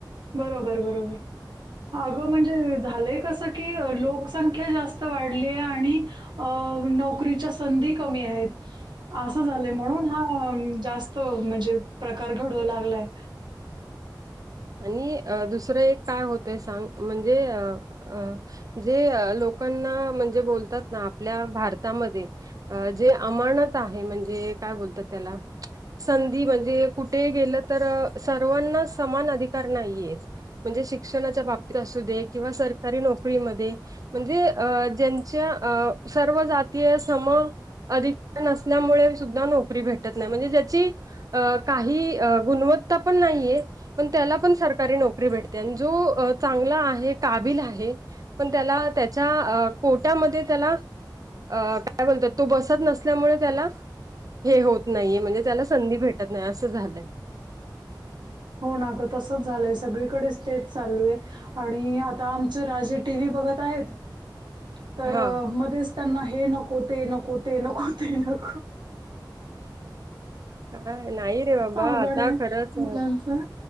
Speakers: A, on the right; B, on the right.
A: बरोबर बरोबर अगं म्हणजे झालंय कसं की लोकसंख्या जास्त वाढलीय आणि अ नोकरीच्या संधी कमी आहेत असं झालंय म्हणून हा जास्त म्हणजे प्रकार घडवू लागलाय
B: आणि अ दुसरं एक काय होतय सांग म्हणजे अ अ जे लोकांना म्हणजे बोलतात ना आपल्या भारतामध्ये अ जे अमर्णत आहे म्हणजे काय बोलतात त्याला संधी म्हणजे कुठे गेलं तर सर्वांना समान अधिक णे श न क म म्हणजे अ ज्यांच्या सर्व जातीय सम अधिक नसल्यामुळे सुद्धा नोकरी भेटत नाही म्हणजे ज्याची अ काही गुणवत्ता पण नाहीये पण, त्याला पण सरकारी नोकरी भेटते आणि जो चांगला आहे काबिल आहे पण त्याला त्याच्या कोट्यामध्ये त्याला अ काय बोलतात तो बसत नसल्यामुळे त्याला हे होत नाहीये म्हणजे त्याला संधी भेटत नाही असं झालंय
A: हो नाक तसच झालंय सगळीकडे स्टेज चाललू आहे आणि आता आमचे राजे टी व्ही बघत आहेत तर
B: हां.
A: मध्येच त्यांना हे नकोते नकोते नकोते नक
B: काय नाही रे बाबा
A: अवघड
B: आता
A: आहे
B: खरंच
A: मुलांचं.